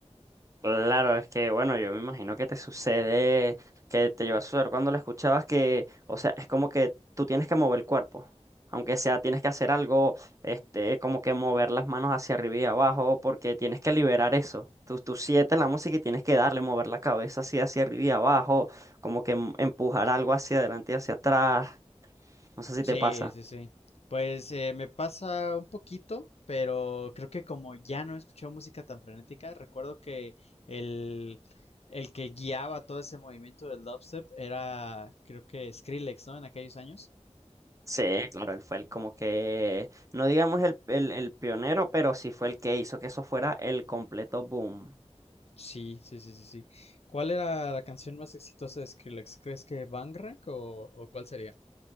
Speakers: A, on the right (about 25°); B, on the left (about 65°).
A: Claro, es que bueno, yo me imagino que te sucede, que te lleva a suceder cuando la escuchabas que, o sea, es como que tú tienes que mover el cuerpo, aunque sea tienes que hacer algo, este, como que mover las manos hacia arriba y abajo, porque tienes que liberar eso. Tú, tú sientes la música y tienes que darle, mover la cabeza así hacia arriba y abajo, como que em- empujar algo hacia adelante y hacia atrás. No sé si
B: Sí,
A: te pasa.
B: sí, sí. Pues eh, me pasa un poquito, pero creo que como ya no he escuchado música tan frenética, recuerdo que el, el que guiaba todo ese movimiento del dubstep era, creo que Skrillex, ¿no? En aquellos años.
A: Sí, claro, él fue el como que, no digamos el, el el pionero, pero sí fue el que hizo que eso fuera el completo boom.
B: Sí, sí, sí, sí, sí. ¿Cuál era la canción más exitosa de Skrillex? ¿Crees que Bangrack o, o cuál sería?